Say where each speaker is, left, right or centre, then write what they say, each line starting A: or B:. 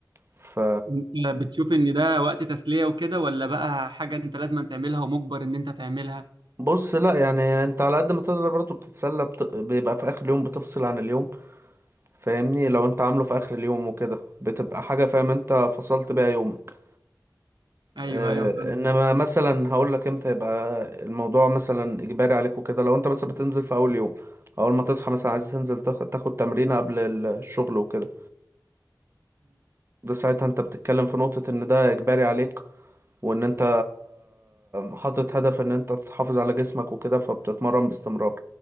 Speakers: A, on the right; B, on the right.
A: ف
B: انت بتشوف ان ده وقت تسلية وكده ولا بقى حاجة انت لازم تعملها ومجبر ان انت تعملها
A: بص لا يعني انت على قد ما تقدر برضو بتتسلى بت... بيبقى في اخر اليوم بتفصل عن اليوم فاهمني لو انت عامله في اخر اليوم وكده بتبقى حاجة فاهم انت فصلت بيها يومك
B: ايوه
A: اه
B: ايوه فاهم
A: انما مثلا هقول لك امتى يبقى الموضوع مثلا اجباري عليك وكده لو انت مثلا بتنزل في اول يوم اول ما تصحى مثلا عايز تنزل تاخ- تاخد تمرينة قبل ال- الشغل وكده ده ساعتها انت بتتكلم في نقطة ان ده اجباري عليك وان انت حاطط هدف ان انت تحافظ على جسمك وكده فبتتمرن باستمرار